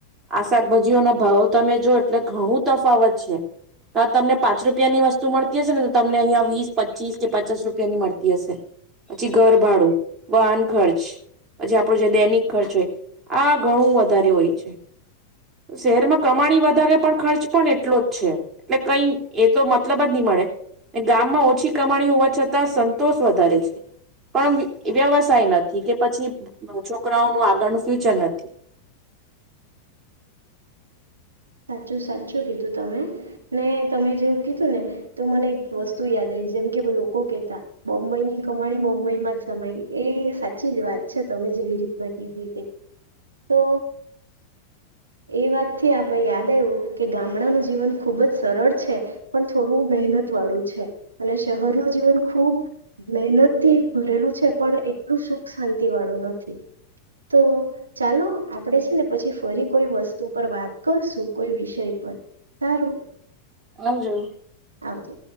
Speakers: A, on the right; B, on the right.
A: આ શાકભાજીઓના ભાવો તમે જો એટલે ઘણું તફાવત છે, તો તમને પાંચ રૂપિયાની વસ્તુ મળતી હશે ને તો તમને અહિયાં વીસ પચીસ કે પચાસ રૂપિયાની મળતી હશે, પછી ઘર ભાડું, વાહન ખર્ચ, પછી આપડો જે દૈનિક ખર્ચ હોય. આ ઘણું વધારે હોય છે, શહેરમાં કમાણી વધારે પણ ખર્ચ પણ એટલો જ છે, એટલે કઈ એ તો મતલબ જ નહી મળે, ગામમાં ઓછી કમાણી હોવા છતાં સંતોષ વધારે છે, પણ વ્યવસાય નથી કે પછી છોકરાઓનું આગળ સુુંચ નથી.
B: સાચું સાચું કીધું તમે, ને તમે જેવું કીધું ને તો મને એક વસ્તુ યાદ આવી જેમ કે લોકો કેહેતા, બોમ્બઈ ની કમાણી બમ્બઈમાં જ સમાય એ સાચી જ વાત છે, તમે જેવી રીતના કીધી તે તો, એ વાતથી ભાઈ યાદ એવું કે ગામડાનું જીવન ખૂબ જ સરળ છે પણ થોડું મહેનતવાળું છે અને શહેરનું જીવન ખૂબ મહેનતથી ભરેલું છે પણ એટલું સુખ શાંતિવાળું નથી તો ચાલો આપણે છે ને પછી ફરી કોઈ વસ્તુ પર વાત કરશું કોઈ વિષય પર સારું
A: આવજો
B: આવજો